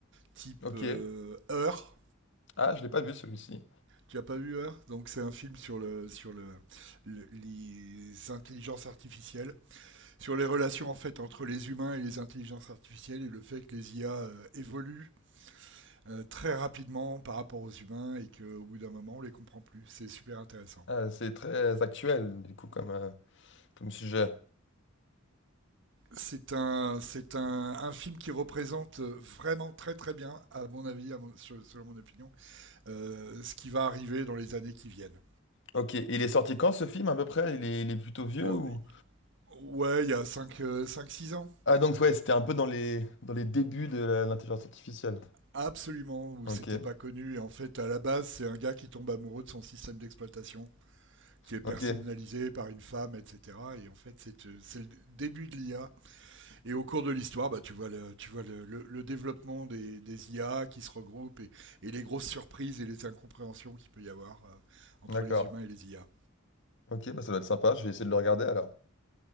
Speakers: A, on the right (about 65°); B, on the left (about 60°).
A: type
B: Ok.
A: euh, Heure.
B: Ah, je l'ai pas vu celui-ci.
A: Tu n'as pas vu Heure? Donc c'est un film sur le sur le, le- les intelligences artificielles, sur les relations en fait entre les humains et les intelligences artificielles et le fait que les IA euh, évoluent euh, très rapidement par rapport aux humains et qu'au bout d'un moment, on les comprend plus. C'est super intéressant.
B: Ah, c'est très actuel, du coup, comme, euh, comme sujet.
A: C'est un, c'est un, un film qui représente vraiment très très bien, à mon avis, à mon- sur- selon mon opinion, euh, ce qui va arriver dans les années qui viennent.
B: Ok. Il est sorti quand ce film, à peu près? Il est, il est plutôt vieux
A: Oh,
B: ou...
A: ouais, il y a cinq, six ans.
B: Ah, donc ouais, c'était un peu dans les, dans les débuts de la- l'intelligence artificielle.
A: Absolument, où
B: Ok.
A: c'était pas connu. Et en fait, à la base, c'est un gars qui tombe amoureux de son système d'exploitation, qui est personnalisé
B: Ok.
A: par une femme, etc. Et en fait, c'est euh, c'est le début de l'IA Et au cours de l'histoire, bah, tu vois, le, tu vois le, le, le développement des, des, IA qui se regroupent et, et, les grosses surprises et les incompréhensions qu'il peut y avoir euh, entre
B: D'accord.
A: les humains et les IA.
B: Ok, bah ça doit être sympa. Je vais essayer de le regarder alors.